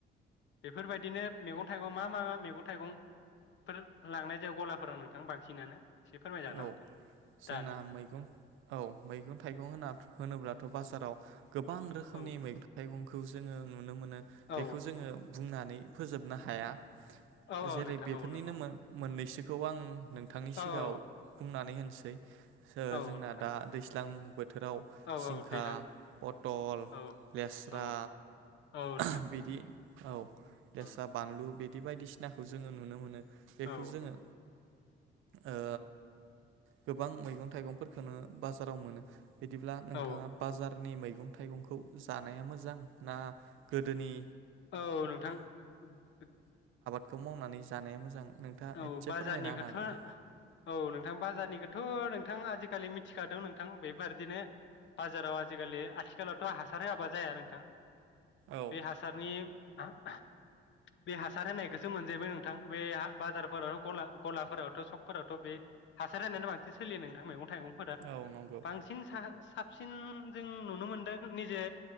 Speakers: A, on the left; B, on the right.
A: बेफोरबायदिनो मेगं थाइगं मा मा मेगं थाइगंफोर लांनाय जायो गलाफोराव नोंथां बांसिनानो? फोरमायजागोन
B: औ
A: नामा नोंथां
B: जोंना
A: दानि
B: मैगं औ मैगं थाइगं होना होनोब्लाथ' बाजाराव गोबां रोखोमनि
A: औ
B: मैगं थाइगं खौ जोङो नुनो मो नो बेखौ
A: औ
B: जोङो बुंनानै फोजोबनो हाया।
A: औ औ
B: जेरै
A: नोंथां
B: बेफोरनिनो
A: औ नंगौ
B: मो-मोननैसो खौ आंङो नोंथांनि सिगाङाव
A: औ औ
B: बुंनानै होनोसै सो
A: औ
B: जोंना
A: नोंथां
B: दा दैस्लां बोथोराव
A: औ
B: जिंखा
A: औ दैज्लां
B: पतल
A: औ
B: लेस्रा
A: औ औ नोंथां
B: <unintelligible> बिदि औ लेस्रा
A: औ
B: बानलु बि बेबायदि <unintelligible> खौ जोङो नुनो मोनो बेखौ
A: औ
B: जोङो ओ गोबां मैगं थाइगंफोरखोनो बाजाराव मोनो। बिदिब्ला नोंथाङा
A: औ
B: बाजार नि मैगं थाइगंखौ जानाया मोजां ना गोदोनि
A: औ नोंथां <inaudible>
B: बेखौ मावनानै जानाया मोजां? नोंथाङा
A: औ
B: एसे
A: बाजारनि
B: फोरमायना
A: खोथ'
B: होनो हागोन
A: आं
B: ना?
A: औ नों थां बाजारनिखोथ' नोंथां आजिखालि मिथिखादों नोंथां बेबारदिनो बाजाराव आजिखालि आथिखालावथ' हासार होवाबा जाया नोंथां।
B: औ
A: बे हासारनि <unintelligible> बे हासार होनायखोसो मोनजायोबो नोंथां बे बाजारफोरावथ' ग गलाफोरावथ' सकफोरावथ' बे हासार होनायानो बांसिन सोलियो नोंथां मैगं थाइगंफोरा
B: औ नंगौ
A: बांसिन सा साबसिन जों नुनो मोनदों निजे